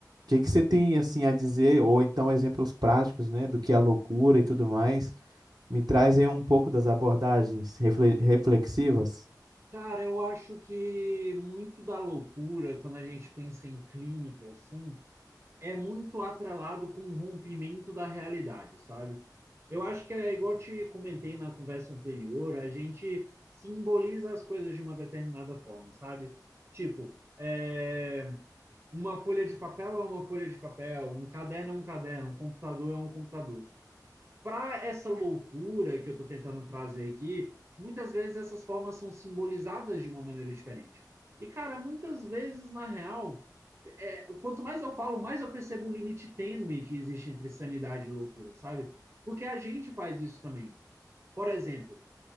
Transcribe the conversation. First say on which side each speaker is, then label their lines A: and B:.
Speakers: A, on the right (about 65°); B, on the right (about 40°).
A: que que você tem assim a dizer, ou então exemplos práticos, né, do que é a loucura e tudo mais? Me trazem um pouco das abordagens refle- reflexivas.
B: Cara, eu acho que muito da loucura, quando a gente pensa em clínica, assim, é muito atrelado com o rompimento da realidade, sabe? Eu acho que é igual eu te comentei na conversa anterior, a gente simboliza as coisas de uma determinada forma, sabe? Tipo, é, uma folha de papel é uma folha de papel, um caderno é um caderno, um computador é um computador. Para essa loucura que eu estou tentando trazer aqui, muitas vezes essas formas são simbolizadas de uma maneira diferente. E, cara, muitas vezes, na real, quanto mais eu falo, mais eu percebo um limite tênue que existe entre sanidade e loucura, sabe? Porque a gente faz isso também. Por exemplo,